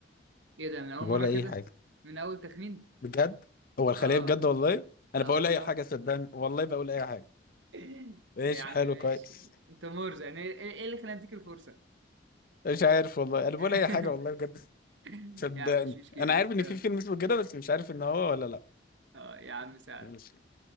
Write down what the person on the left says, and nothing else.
أنا
بقول
أي حاجة
بجد هو الخلية
بجد والله أنا
بقول
أي حاجة صدقني والله بقول أي حاجة
ماشي
حلو
كويس
مش عارف والله أنا بقول
أي حاجة والله بجد صدقني
أنا عارف إن
في فيلم اسمه كده بس مش عارف إن هو ولا لأ
ماشي